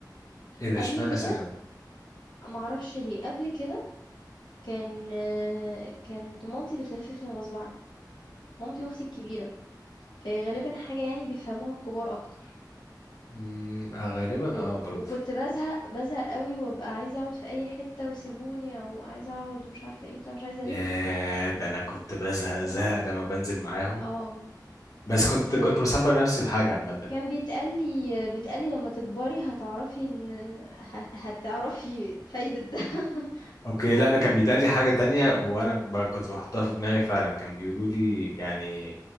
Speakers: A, on the left (about 50°); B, on the left (about 75°).
A: ايه ده
B: قبل
A: اشمعنى
B: كده
A: ثانوي
B: ما أعرفش ليه، قبل كده كان آه، كانت مامتي بتلفِّفني غصب عني، مامتي وأختي الكبيرة، فهي غالبًا حاجة يعني بيفهموها الكبار أكتر،
A: أمم، غالبا
B: و
A: اه برضه
B: وكنت بازهق، بازهق أوي وأبقى عايزة أقعد في أي حتة وسيبوني أو عايزة أقعد ومش عارفة إيه وبتاع، مش عايزة
A: ياه
B: ألِف.
A: ده انا كنت بزهق زهق لما بنزل معاهم
B: آه،
A: بس
B: بس
A: كنت كنت بصبر نفسي في حاجة عامة
B: وكان بيتقال لي بيتقال لي لما تكبري هتعرفي ان هت- هتعرفي فايدة ده <laughs>
A: اوكي لا انا كان بيتقال لي حاجة تانية وانا ك- ب- كنت بحطها في دماغي فعلا كان بيقولوا لي يعني